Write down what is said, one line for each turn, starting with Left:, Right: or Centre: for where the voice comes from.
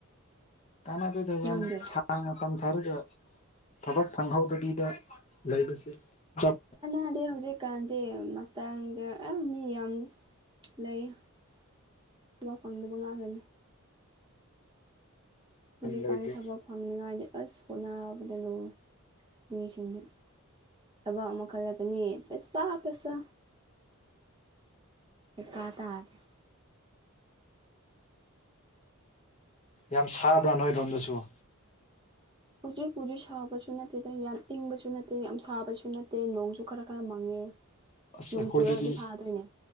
Left: ꯀꯟꯅ ꯑꯗꯨ ꯌꯥꯝ
Right: ꯅꯪꯗꯤ
Left: <unintelligible> ꯁꯥꯡꯅ ꯇꯝꯊꯔꯒ ꯊꯕꯛ ꯐꯪꯍꯧꯗꯕꯤꯗ ꯂꯩꯕꯁꯦ ꯆꯞ
Right: ꯃꯥꯗꯤ ꯍꯧꯖꯤꯛꯀꯥꯟꯗꯤ ꯃꯥꯁꯇꯔ ꯅꯨꯡꯗꯔ ꯑ ꯃꯤ ꯌꯥꯝ ꯂꯩ <unintelligible> ꯍꯧꯖꯤꯛꯀꯥꯟꯗ
Left: ꯂꯩꯇꯦ
Right: ꯊꯕꯛ ꯐꯪꯅꯤꯉꯥꯏꯗꯤ ꯑꯁ ꯍꯣꯠꯅꯕꯗ ꯂꯣꯏ ꯃꯤꯁꯤꯡꯅꯤ ꯊꯕꯛ ꯑꯃ ꯈꯜꯂꯒꯅꯤ ꯄꯩꯁꯥ ꯄꯩꯁꯥ ꯗꯀꯥ ꯇꯥꯗꯦ
Left: ꯌꯥꯝ ꯁꯥꯕ꯭ꯔꯥ ꯅꯣꯏꯔꯣꯝꯗꯁꯨ
Right: ꯍꯧꯖꯤꯛꯄꯨꯗꯤ ꯁꯥꯕꯁꯨ ꯅꯠꯇꯦꯗ ꯌꯥꯝ ꯏꯪꯕꯁꯨ ꯅꯠꯇꯦ ꯌꯥꯝ ꯁꯥꯕꯁꯨ ꯅꯠꯇꯦ ꯅꯣꯡꯁꯨ ꯈꯔ ꯈꯔ ꯃꯪꯉꯦ
Left: ꯑꯁ
Right: ꯅꯣꯡ
Left: ꯑꯩꯈꯣꯏꯗꯗꯤ
Right: ꯆꯨꯔꯗꯤ ꯐꯥꯗꯣꯏꯅꯦ